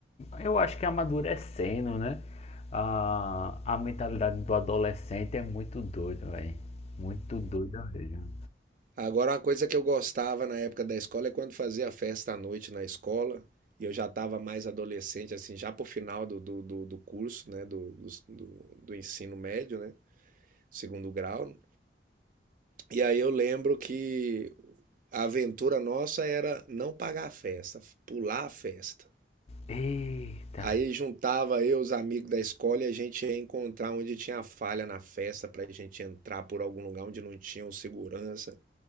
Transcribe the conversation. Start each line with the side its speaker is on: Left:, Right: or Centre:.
Left: eu acho que amadurecendo, né? A, a mentalidade do adolescente é muito doida, velho. Muito doida mesmo.
Right: Agora, uma coisa que eu gostava na época da escola é quando fazia festa à noite na escola, e eu já estava mais adolescente, assim, já pro final do, do, do, do curso, né? Do, do, do do ensino médio, né? Segundo grau. E aí eu lembro que a aventura nossa era não pagar a festa, pular a festa.
Left: Eita!
Right: Aí juntava eu, os amigos da escola, e a gente ia encontrar onde tinha falha na festa para a gente entrar por algum lugar onde não tinha um segurança